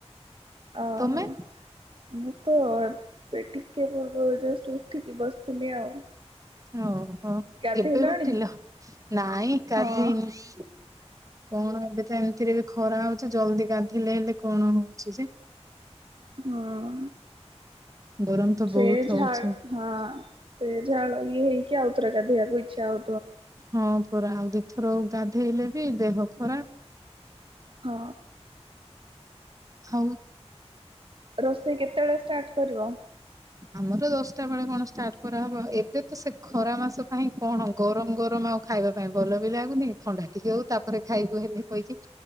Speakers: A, on the right (about 50°); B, on the right (about 30°).
A: ଓ
B: ତମେ
A: ହୋ। ମୁଁ ତ ଏଟିକେ ପୁର୍ବରୁ ଜଷ୍ଟ ଉଠିକି ବସିଥିଲି ଆଉ।
B: ଓହୋ,
A: ଗାଧେଇଲଣି?
B: ଏବେ ଉଠିଲ ନାଇଁ କାଲି
A: ହଁ
B: କଣ ଏବେ ତ ଏମିତିରେ ବି ଖରା ହଉଛି ଜଲଦି ଗାଧିଲେ ହେଲେ କଣ ହଉଛି ଯେ <inaudible>
A: ହଁ।
B: ଗରମ ତ
A: ସେ
B: ବହୁତ
A: ଝାଳ
B: ହଉଛି।
A: ହଁ ସେ ଝାଳ ଇଏ ହେଇ କି ଆଉ ଥରେ ଗାଧେଇକି ଇଚ୍ଛା ହଉ
B: ହଁ ପରା, ଆଉ ଦିଇଥର ଗାଧେଇଲେ ବି ଦେହ ଖରାପ୍।
A: ହଁ।
B: ହଉ
A: ରୋଷେଇ କେତେବେଳେ ଷ୍ଟାର୍ଟ କରିବ?
B: ଆମର ଦଶଟା ବେଳେ କଣ ଷ୍ଟାର୍ଟ କରାହବ, ଏବେ ତ ସେ ଖରା ମାସ ପାଇଁ କଣ ଗରମ ଗରମ ଆଉ ଖାଇବା ପାଇଁ ଭଲ ବି ଲାଗୁନି, ଥଣ୍ଡା ଟିକେ ହଉ ତାପରେ ଖାଇବୁ ହେଲେ କହିକି